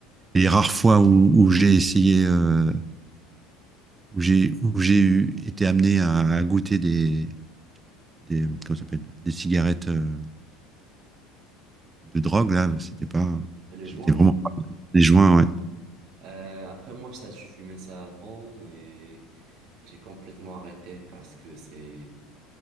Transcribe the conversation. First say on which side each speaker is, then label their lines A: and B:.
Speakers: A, on the right; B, on the right.
A: les rares fois où, où j'ai essayé, euh, où j'ai, où j'ai eu- été amené à, à goûter des, des, comment ça s'appelle, des cigarettes euh, de drogue, là, c'était pas,
B: les
A: j'étais
B: joints.
A: vraiment des joints, ouais.
B: Euh, après, moi, ça, je fumais ça avant, mais j'ai complètement arrêté parce que c'est...